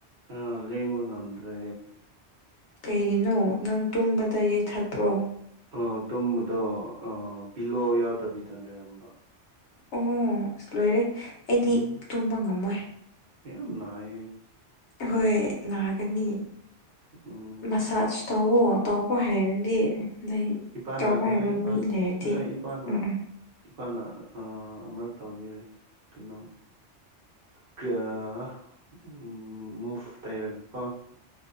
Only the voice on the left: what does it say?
ꯀꯩꯒꯤꯅꯣ ꯅꯪ ꯇꯨꯝꯕꯗ ꯌꯩꯊꯠꯄ꯭ꯔꯣ
ꯑꯣ ꯑꯁ ꯂꯣꯏꯔꯦ ꯑꯩꯗꯤ
ꯇꯨꯝꯕ ꯉꯝꯃꯣꯏ
ꯍꯣꯏ ꯅꯥꯒꯅꯤ
ꯃꯁꯥꯖ ꯇꯧꯋꯣ ꯇꯧꯕ ꯍꯩꯔꯗꯤ ꯂꯩ
ꯇꯧꯕ
ꯍꯩꯕ
ꯃꯤ ꯂꯩꯔꯗꯤ
ꯎꯝ ꯎꯝ